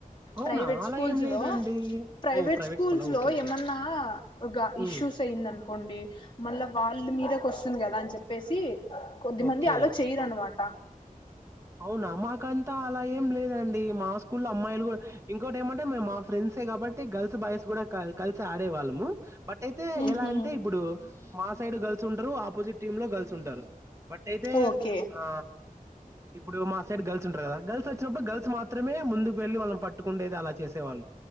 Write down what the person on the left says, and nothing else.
ప్రైవేట్
స్కూల్స్
లో ప్రైవేట్
స్కూల్స్
లో
ఏమన్నా ఒక
ఇష్యూస్ అయిందను కొండి మళ్ళ వాళ్ళ మీద కొస్ కదా అని చెప్పేసి కొద్దిమంది
అలా చేయరనమాట
ఉహు
ఓకే